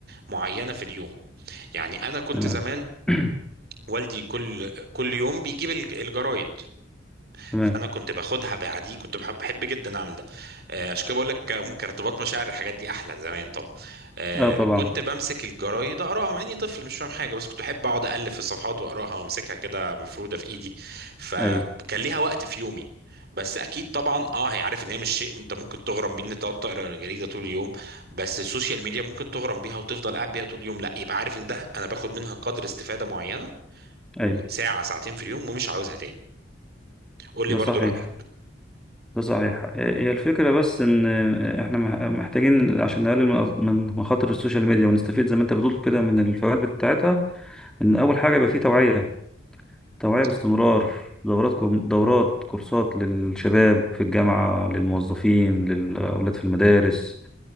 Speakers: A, on the right; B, in the centre.
A: معينة في اليوم يعني انا كنت
B: تمام
A: زمان
B: <clears throat>
A: والدي كل كل يوم بيجيب الج- الجرايد
B: تمام
A: فانا كنت باخدها بعدي كنت بحب, بحب جدا اعمل ده آه، عشان كده بقول لك ك- كارتباط مشاعر الحاجات دي احلى زمان طب آه،
B: اه طبعا
A: كنت بمسك الجرايد اقراها مع اني طفل مش فاهم حاجه بس كنت احب اقعد الف في الصفحات واقراها وامسكها كده مفروده في ايدي فكان
B: ايوه
A: ليها وقت في يومي بس اكيد طبعا اه هي عارف ان هي مش شيء انت ممكن تغرم بيه ان انت تقعد تقرا الجريده طول اليوم بس السوشيال ميديا ممكن تغرم بيها وتفضل قاعد بيها طول اليوم لا يبقى عارف ان ده انا باخد منها قدر استفاده معينه وساعه
B: ايوه
A: ساعتين في اليوم ومش عاوزها تاني قول لي
B: ده
A: برضو
B: صحيح
A: رايك
B: ده صحيح آه، هي الفكرة بس ان آه، احنا مح- محتاجين عشان نقلل من من مخاطر السوشيال ميديا ونستفيد زي ما انت بتقول كده من الفوائد بتاعتها ان اول حاجة يبقى فيه توعية توعية
A: صح
B: باستمرار دورات دورات كورسات للشباب في الجامعة للموظفين للأولاد في المدارس